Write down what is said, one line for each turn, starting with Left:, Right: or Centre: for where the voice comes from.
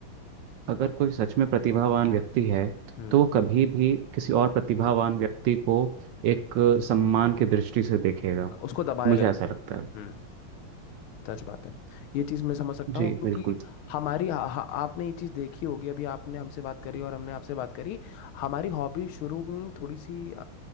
Right: अगर कोई सच में प्रतिभावान व्यक्ति है
Left: हम्म
Right: तो वो कभी भी किसी और प्रतिभावान व्यक्ति को एक सम्मान की दृष्टि से देखेगा
Left: उसको दबाएगा
Right: मुझे
Left: नहीं
Right: ऐसा लगता है
Left: हम्म सच बात है ये चीज मैं समझ सकता
Right: जी
Left: हूँ क्योंकि
Right: बिल्कुल
Left: हमारी हा, हा, आपने ये चीज देखी होगी अभी आपने हमसे बात करी और हमने आपसे बात करी हमारी हॉबी शुरू हुई थोड़ी सी अ,